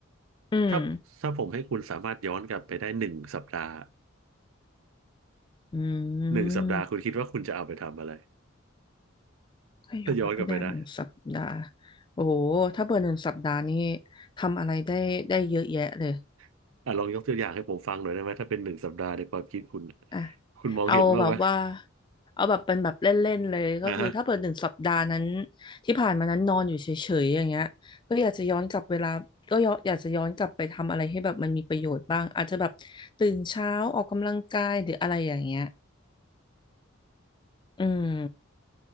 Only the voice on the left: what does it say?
อืม
อืม
ถ้าย้อนไปได้หนึ่งสัปดาห์
โอ้โหถ้าเบอร์หนึ่งสัปดาห์นี้ทำอะไรได้ได้เยอะแยะเลย
อ่ะ
เอาแบบว่าเอาแบบเป็นแบบเล่นๆเลยก็คือถ้าเปิดหนึ่งสัปดาห์นั้น
ที่ผ่านมานั้นนอนอยู่เฉยๆอย่างเงี้ยก็อยากจะย้อนกลับเวลาก็ย้อนอยากจะย้อนกลับไปทำอะไรให้แบบมันมีประโยชน์บ้างอาจจะแบบตื่นเช้าออกกำลังกายหรืออะไรอย่างเงี้ยอืม